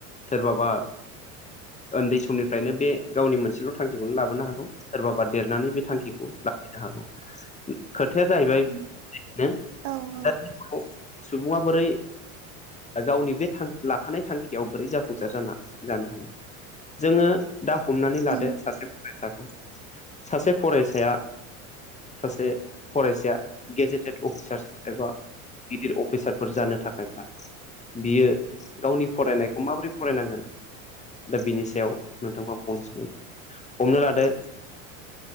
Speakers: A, on the left; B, on the right.
A: सोरबाबा उन्दै समनिफ्रायनो बे गावनि मोनसेल' थांखिखौनो लाबोनो हागौ सोरबाबा देरनानै बे थांखिखौ
B: औ
A: लाखिनो हागौ खोथाया जाहैबायनो
B: उम औ औ
A: दा सुबुङा बोरै गावनि बे थांखि लाखानाय थांखियाव बोरै जाफुं जाफुंसार जा जानो हानो जोङो दा हमनानै लादो
B: औ
A: सासे फरायसाखौ सासे फरायसाया सासे फरायसाया गेजेटेड अफिसारस एबा गिदिर अफिसारफोर जानो थाखायब्ला बियो गावनि फरायनायखौ माबोरै फरायनांगोन दा बिनि सायाव नोंथांखौ आं फंनैसम हमना लादो